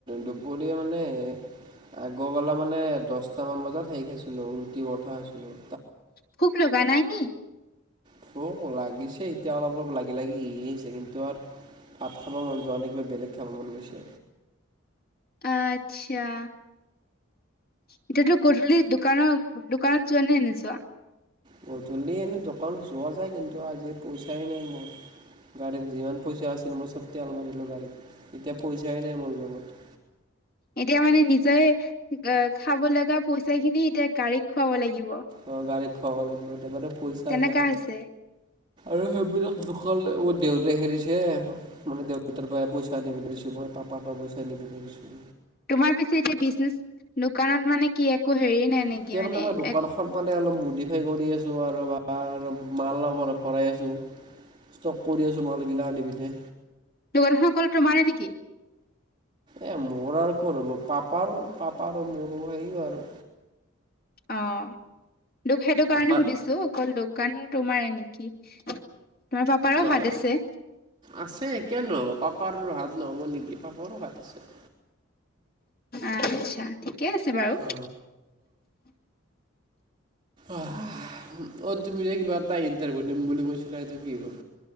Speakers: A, on the right (about 25°); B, on the left (about 45°).
A: দুপৰীয়া মানে আগৰবালা মানে দশটামান বজাত হেৰি খাইছিলো ৰুটি পৰঠা খাইছিলো।
B: ভোক লগা নাই নি?
A: ভোক লাগিছে এতিয়া অলপ- অলপ লাগি লাগি আহি আছে কিন্তু আৰু। ভাত খাব মন যোৱা নাই কিবা বেলেগ খাব মন গৈছে।
B: আচ্ছা। এতিাতো গধূলি দোকানৰ- দোকানত যোৱা নে নোযোৱা?
A: গধূলি এনেই দোকানত যোৱা যায় কিন্তু আজি পইচাই নাই মোৰ। গাড়ীত যিমান পইচা আছিল মই চব তেল মাৰিলো গাড়ীত এতিয়া পইচাই নাই মোৰ লগত। <inaudible>
B: এতিয়া মানে নিজে খাব লগা পইচা খিনি এতিয়া গাড়ীক খুৱাব লাগিব।
A: অ গাড়ী খোৱাাব লাগিব। পইচাই
B: তেনেকা
A: নাই
B: হৈছে
A: আৰু সেইবিলাক দোকান মোৰ দেউতাই দিছে মানে দেউতাৰ পৰা পইচা আনি পেলাই দিছোঁ মই। অ' পাপা পৰা পইচা আনি পেলাই দিছোঁ।
B: তোমাৰ পিছে এতিয়া বিজনেস দোকানত মানে কি একো হেৰি নাই নেকি
A: এতিয়া
B: মানে
A: মই দোকানখন
B: একো
A: মানে অলপ মডিফাই কৰি আছোঁ আৰু ৰবা মাল অলপ-অলপ ভৰাই আছোঁ। ষ্টক কৰি আছোঁ মাল গিলা আনি পিনে।
B: দোকানখন অকল তোমাৰে নেকি?
A: এই মোৰ আৰু ক'ত হ'ব পাপাৰো পাপা আৰু মোৰো সেয়াই আৰু।
B: অ' তোক সেইটো
A: পাপাৰ
B: কাৰণে সুধিছোঁ অকল দোকান তোমাৰে নেকি কি তোমাৰ পাপাৰো
A: নহয়
B: হাত আছে।
A: আছে কিয় নহ'ব পাপাৰ হাত নহ'ব নেকি পাপাৰো হাত আছে।
B: আচ্ছ, ঠিকে আছে বাৰু।
A: অ আহ অ' তুমি যে কিবা এটা ইন্টাৰভিউ দিম বুলি কৈছিলা এইটো কি হ'ল?